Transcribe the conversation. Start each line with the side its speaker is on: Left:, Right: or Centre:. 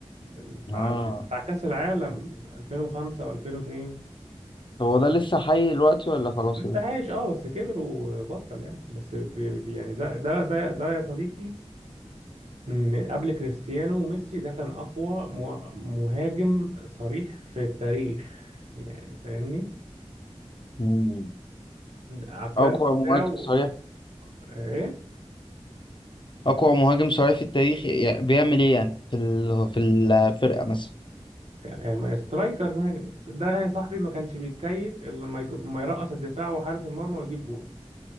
Right: بتاع
Left: اه
Right: بتاع كأس العالم 2005 و2002
Left: طب هو ده لسه حي دلوقتي ولا خلاص
Right: لسه
Left: كده؟
Right: عايش اه بس كبر وبطل يعني بس بي بي- يعني ده ده ده ده يا صديقي من قبل كريستيانو وميسي ده كان أقوى مه- مهاجم صريح في التاريخ يعني فاهمني
Left: مم.
Right: على الكارت
Left: أو كو-
Right: بتاعه
Left: مهاجم صريح
Right: ايه
Left: اقوى مهاجم صريح في التاريخ يعني بيعمل ايه يعني في ال... في الفرقه مثلا
Right: كان- آه، سترايكر مهاجم ده يا صاحبي ما كانش بيتكيف إلا لما يكون- ما يرقص الدفاع وحارس المرمى ويجيب جون